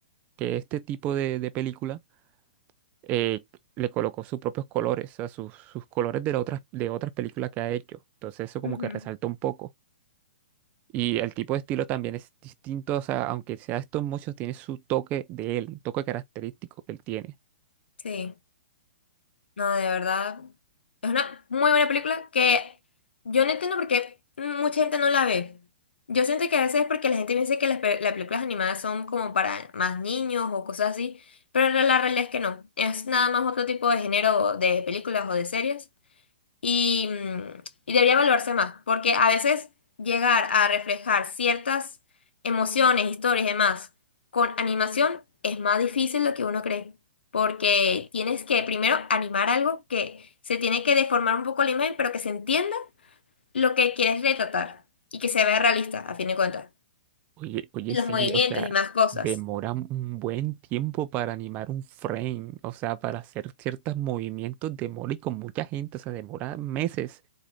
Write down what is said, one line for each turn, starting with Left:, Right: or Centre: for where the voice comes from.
Right: que este tipo de, de película eh, le colocó sus propios colores, o sea, sus, sus colores de, la otras, de otras películas que ha hecho. Entonces eso como
Left: Ujú.
Right: que resalta un poco. Y el tipo de estilo también es distinto, o sea, aunque sea stop motion, tiene su toque de él, un toque característico que él tiene.
Left: Sí. No, de verdad. Es una muy buena película que yo no entiendo por qué mucha gente no la ve. Yo siento que a veces es porque la gente piensa que las, pe- las películas animadas son como para más niños o cosas así, pero la la realidad es que no. Es nada más otro tipo de género de películas o de series y, mm, y debería evaluarse más, porque a veces llegar a reflejar ciertas emociones, historias y demás con animación es más difícil de lo que uno cree, porque tienes que primero animar algo que se tiene que deformar un poco la imagen, pero que se entienda lo que quieres retratar y que se vea realista, a fin de cuentas.
Right: Oye, oye,
Left: Los
Right: sí,
Left: movimientos
Right: o sea,
Left: y más cosas.
Right: demora un buen tiempo para animar un frame, o sea, para hacer ciertos movimientos demora y con mucha gente, o sea, demora meses,